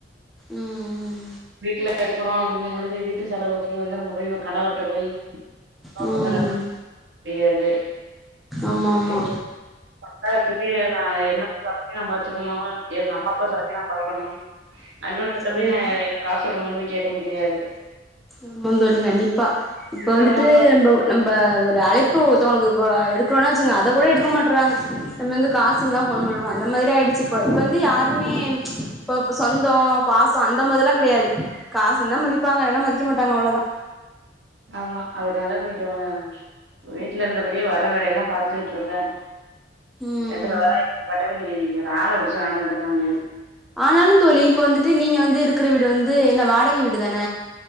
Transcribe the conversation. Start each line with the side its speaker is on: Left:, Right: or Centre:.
Centre: ம் ம்
Right: வீட்ல இருக்குறோ அப்டிங்கம்பொழுது வீட்டு செலவுக்கு வந்து நம்ம போய் கணவர்ட்ட போய் ஒருவா
Centre: ம்
Right: குடுங்க ரெண்ட்ருவா முடியாது
Centre: ஆமா ஆமா
Right: இப்ப தாத்துக்கு நா என்னோட செலவையு நா பாத்துக்கணு எங்கம்மா அப்பா செலவையு நா பாக்கணு நன்னொருத்தட்ட
Centre: ஆமா
Right: போய் நா எனக்கு காசு குடுங்கன் போய் கேக்க முடியாது
Centre: ஆமாந் தோழி கண்டிப்பா இப்ப
Right: எங்க
Centre: வந்துட்டு
Right: அம்மா அப்பா
Centre: நம்ப நம்ப ஒரு அழைப்பு ஒருத்தோங்களுக்கு அ எடுக்றோனா வச்சுங்க அத கூட எடுக்க மாட்றாங்க நம்ம எங்க காசுக்குதா ஃபோன் பண்ணுவோ அந்த மாதிரி ஆய்டுச்சு இப்ப இப்ப வந்து யாருமே இப்பப்ப சொந்தோ பாசோ அந்த மாரில்லா கெடயாது காசு இருந்தா மதிப்பாங்க இல்லனா மதிக்க மாட்டாங்க அவ்ளதா
Right: ஆமா அதுனால கொஞ்சோ வீட்லருந்தபடியே வர வேலயெல்லா பாத்துக்கிட்ருக்கே
Centre: ம்
Right: இதுல வர <inaudible> பாட்டுக்கு இன்னிக்கி றால புடிச்சு வாய்ன்ட்டு வந்துருக்காங்க
Centre: ஆனாலு தோழி இப்ப வந்துட்டு நீங்க வந்து இருக்ற வீடு வந்து என்ன வாடகை வீடு தான